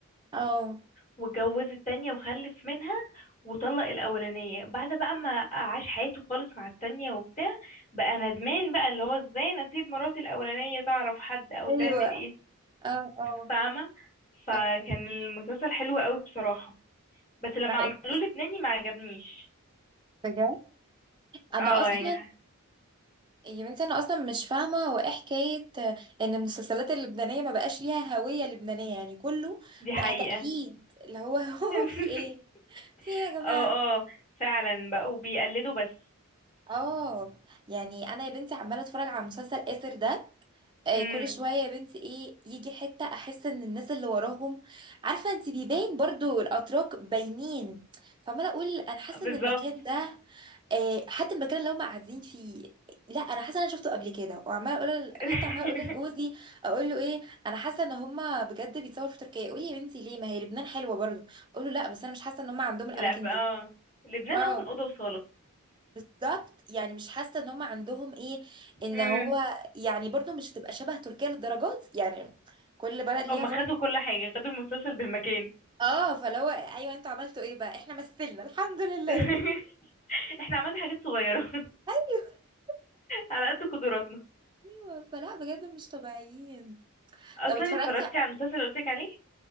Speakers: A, on the right; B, on the left.
A: اه
B: واتجوز التانية وخلف منها وطلق الأولانية بعد بقى ما عاش حياته خالص مع التانية وبتاع بقى ندمان بقى اللي هو ازاي انا اسيب مراتي الأولانية تعرف حد أو
A: ايوه
B: تعمل ايه
A: اه اه
B: فاهمة فكان
A: اه
B: المسلسل حلو قوي بصراحة بس لما
A: معاك.
B: عملوه لبناني ما عجبنيش
A: بجد انا
B: اه
A: أيوة. اصلا
B: يعني ح-
A: يا بنتي انا اصلا مش فاهمه هو ايه حكايه ان المسلسلات اللبنانيه ما بقاش ليها هويه لبنانيه يعني كله
B: دي حقيقة
A: بقى تقليد اللي هو <laughs> هو
B: <laughs>
A: في ايه في ايه يا جماعه
B: اه اه فعلا بقوا بيقلدوا بس
A: اه يعني انا يا بنتي عماله اتفرج على مسلسل اسر ده آه،
B: امم
A: كل شويه يا بنتي ايه يجي حته احس ان الناس اللي وراهم عارفه انت بيبان برضو الاتراك باينين فعماله اقول انا حاسه
B: بالظبط
A: ان المكان ده آه، حتى المكان اللي هم قاعدين فيه لا انا حاسه انا شفته قبل كده وعماله اقول
B: <laughs>
A: حتى عماله اقول لجوزي اقول له ايه انا حاسه ان هم بجد بيتصوروا في تركيا يقول لي يا بنتي ليه ما هي لبنان حلوه برضو اقول له لا بس انا مش حاسه ان هم عندهم الاماكن
B: لا بقى
A: دي
B: اه لبنان
A: اه
B: اصلا اوضه وصاله
A: بالظبط يعني مش حاسه ان
B: <laughs>
A: هم عندهم ايه ان
B: مم.
A: هو يعني برضو مش تبقى شبه تركيا للدرجات يعني كل بلد ليها
B: هما
A: برضو
B: خدوا كل حاجة خدوا المسلسل بالمكان
A: اه فلو ايوه انتوا عملتوا ايه بقى احنا مثلنا الحمد لله
B: <laughs> احنا عملنا حاجات صغيرة <laughs>
A: <laughs>
B: على قد قدراتنا
A: ايوه فلا بجد مش طبيعيين
B: اصلا
A: طب اتفرجتي
B: اتفرجتي على المسلسل اللي قلتلك عليه